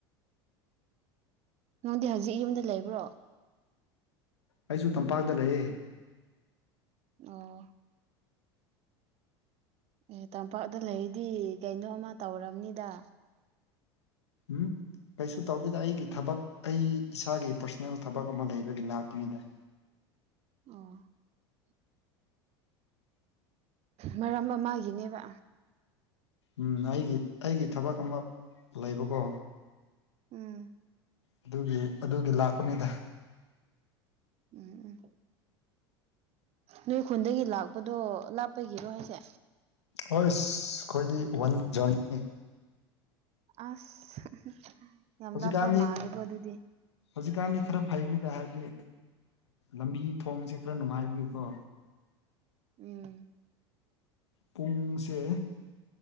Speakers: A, on the right (about 45°); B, on the left (about 80°).
A: ꯅꯪꯗꯤ ꯍꯧꯖꯤꯛ ꯌꯨꯝꯗ ꯂꯩꯕ꯭ꯔꯣ
B: ꯑꯩꯁꯨ ꯇꯝꯄꯥꯛꯇ ꯂꯩꯑꯦ
A: ꯑꯣ ꯑꯦ ꯇꯝꯄꯥꯛꯇ ꯂꯩꯔꯗꯤ ꯀꯩꯅꯣꯃ ꯇꯧꯝꯅꯤꯗ
B: ꯎꯝ ꯀꯩꯁꯨ ꯇꯧꯗꯣꯏꯗ ꯑꯩꯒꯤ ꯊꯕꯛ ꯑꯩ ꯏꯁꯥꯒꯤ ꯄꯔꯁꯣꯅꯦꯜ ꯊꯕꯛ ꯑꯃ ꯂꯩꯕꯒꯤ ꯂꯥꯛꯄꯅꯤꯗ
A: ꯑ ꯃꯔꯝ ꯑꯃꯒꯤꯅꯦꯕ
B: ꯎꯝ ꯑꯩꯒꯤ ꯑꯩꯒꯤ ꯊꯕꯛ ꯑꯃ ꯂꯩꯕꯀꯣ
A: ꯎꯝ
B: ꯑꯗꯨꯒꯤ ꯑꯗꯨꯒꯤ ꯂꯥꯛꯄꯅꯤꯗ
A: ꯎꯝ ꯎꯝ ꯅꯣꯏ ꯈꯨꯟꯗꯒꯤ ꯂꯥꯛꯄꯗꯣ ꯂꯥꯞꯄꯒꯤꯔꯣ ꯍꯥꯏꯁꯦ
B: ꯍꯣꯏ ꯑꯩꯈꯣꯏꯗꯤ ꯋꯥꯟ ꯖꯔꯅꯤ
A: ꯑꯁ ꯌꯥꯝ
B: ꯍꯧꯖꯤꯛꯀꯥꯟꯗꯤ
A: ꯂꯥꯞꯄ ꯃꯥꯜꯂꯦꯀꯣ ꯑꯗꯨꯗꯤ
B: ꯍꯧꯖꯤꯛꯀꯥꯟꯗꯤ ꯈꯔ ꯐꯩꯕꯤꯗꯍꯜꯂꯤ ꯂꯝꯕꯤ ꯊꯣꯡꯁꯦ ꯈꯔ ꯅꯨꯡꯉꯥꯏꯕꯒꯤꯀꯣ
A: ꯎꯝ
B: ꯄꯨꯡꯁꯦ